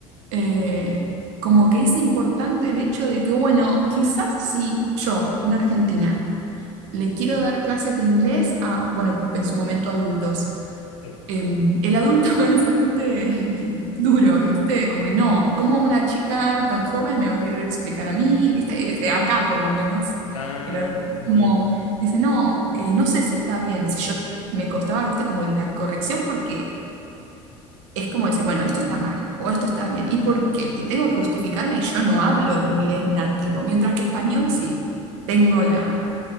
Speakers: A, on the right; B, on the left.
A: eh, como que es importante el hecho de que, bueno, quizás si yo, una argentina, le quiero dar clases de inglés a, bueno, en su momento adultos,
B: Sí.
A: em, el adulto <laughs> es bastante <laughs> duro, ¿viste? Como que no, ¿cómo una chica tan joven me va a querer explicar a mí? ¿Viste? Es- eh, acá por lo menos,
B: Ah,
A: el adulto es
B: ok.
A: como dice, no, eh, no sé si está bien, si yo me costaba, ¿viste? Como la corrección porque es como decir, bueno, esto está mal o esto está bien, ¿y por qué? Y tengo que justificarme y yo no hablo inglés nativo, mientras que español sí, tengo la,